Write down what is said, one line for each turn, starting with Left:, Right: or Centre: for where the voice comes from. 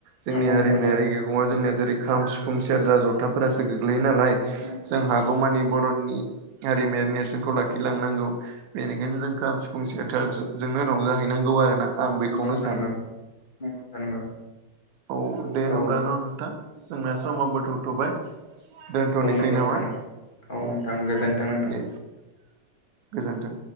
Right: जोंनि
Left: नंगौ
Right: हारिमायारि
Left: नंगौ नंगौ
Right: नङा जोंनिया जेरै खाम सिफुं सेरजा जथाफोरासो गोग्लैयो नालाय
Left: नोंथां
Right: जों
Left: नंगौ
Right: हागौमानि बर'नि हारिमायारि नेर सेनखौ लाखिलांनांगौ बेनिखायनो जों खाम सिफुं सेेरथार जोंनो रंजाहैनांगौ आरो ना। आं बेखौनो
Left: नंगौ नंगौ नोंथां
Right: सानो
Left: नंगौ नंगौ नोंथां नंगौ
Right: औ दे
Left: औ
Right: होमब्ला न' नोंथां जोंना समावबो थौथ'बाय। दोनथ'नोसै
Left: औ नंगौ
Right: नामा
Left: नोंथां नंगौ
Right: औ
Left: नोंथां गोजोनथों नोंथां
Right: दे गोजोन्थों